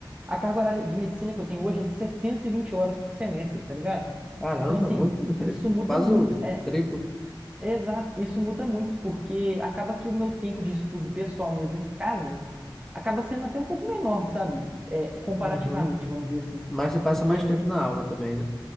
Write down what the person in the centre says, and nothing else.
Caramba,
muito, <laughs>
quase
o
triplo.
Uhum.
Mas você passa
mais tempo na aula também, né?